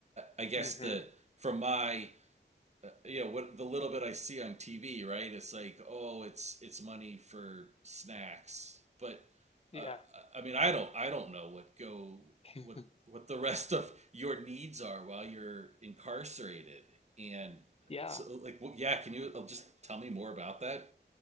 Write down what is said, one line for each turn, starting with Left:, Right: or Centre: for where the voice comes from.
Right: I guess
Left: hmm
Right: the from my uh, you know what the little bit I see on TV, right? It's like, oh, it's it's money for snacks, but
Left: Yeah.
Right: uh, I mean, I don't I don't know what go
Left: <laughs>
Right: what what the <laughs> rest of your needs are while you're incarcerated, and
Left: Yeah,
Right: so like, well, yeah, can you uh, just tell me more about that?